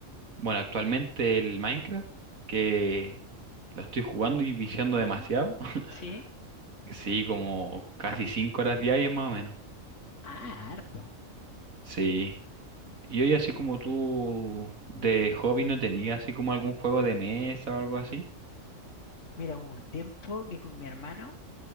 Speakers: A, on the right (about 80°); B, on the left (about 65°).
A: Bueno, actualmente el Minecraft, que lo estoy jugando y viciando
B: ¿Ya?
A: demasiado. <laughs>
B: ¿Sí?
A: Sí, como casi cinco horas diarias más o menos.
B: Ah, harto.
A: Sí. Y hoy, así como tú de hobby, ¿no tenías así como algún juego de mesa o algo así?
B: Mira, hubo un tiempo que con mi hermano,